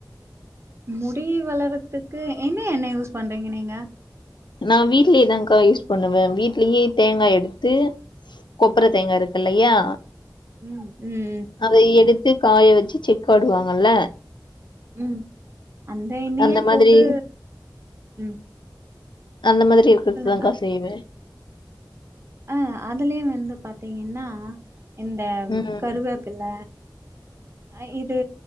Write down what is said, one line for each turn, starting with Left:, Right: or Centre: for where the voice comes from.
Right: முடி வளரதுக்கு என்ன எண்ணெய் யூஸ் பண்றீங்க நீங்க
Left: நான் வீட்லயே தாங்க்கா யூஸ் பண்ணுவ வீட்லயே தேங்கா எடுத்து கொப்புர தேங்கா இருக்கு இல்லையா
Right: ம் ம் ம்
Left: அத எடுத்து காய வச்சு செக் ஆடுவாங்கல்ல
Right: ம் அந்த எண்ணெய
Left: அந்த மாதிரி
Right: போட்டு ம்
Left: அந்த மாதிரி இருக்கிறதுதாங்க்கா
Right: சொல்லுங்க
Left: செய்வ
Right: அ அதுலயு வந்து பாத்தீங்கன்னா இந்த
Left: ம்
Right: கருவேப்பில்ல அ இது